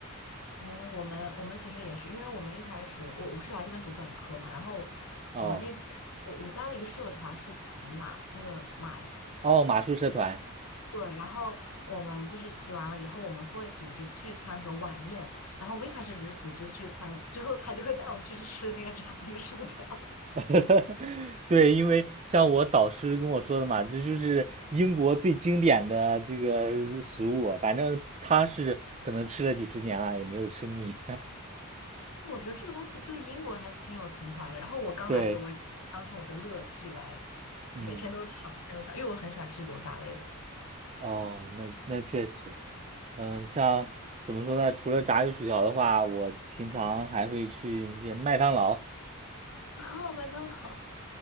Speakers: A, on the left; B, on the right.
A: 哦，我们我们其实也是，因为我们一开始我我是来这边读本科嘛，然后我们那边我我加了一个社团是骑马，
B: 哦
A: 那个马是
B: 哦，马术社团，
A: 对，然后我们就是骑完了以后，我们会组织聚餐和晚宴，然后我们一开始只是组织聚餐，之后他就会带我们去吃那个炸鱼薯条。
B: <laughs> 对，因为像我导师跟我说的嘛，这就是英国最经典的这个食物，反正他是可能吃了几十年了，也没有吃腻。
A: <laughs> 对，我觉得这个东西对英国人还是挺有情怀的。然后我刚来的时候，
B: <laughs> 对，
A: 我也是当成我的乐趣来，
B: 嗯，
A: 每天都尝，每天都尝，因为我很喜欢吃油炸类的。
B: 哦，那那确实，嗯，像怎么说呢？除了炸鱼薯条的话，我平常还会去一些麦当劳，
A: <laughs> 哦，麦当劳，